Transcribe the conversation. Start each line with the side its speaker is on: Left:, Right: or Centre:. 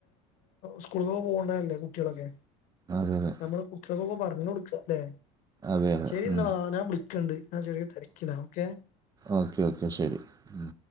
Left: സ്കൂള പോ പോകണ്ടല്ലേ കുട്ടികളൊക്കെ
Right: അതെയതെ
Left: നമ്മള് കുട്ടികൾക്കൊക്കെ പറഞ്ഞ കൊടുക്ക ല്ലേ
Right: അതെ അതെ
Left: ശരി എന്നാ
Right: ഉം
Left: ഞാൻ വിളിക്കണ്ട്. ഞാൻ ചെറിയ തിരിക്കില്ല ഓക്കെ.
Right: ഓക്കെ ഓക്കെ ശരി ഉം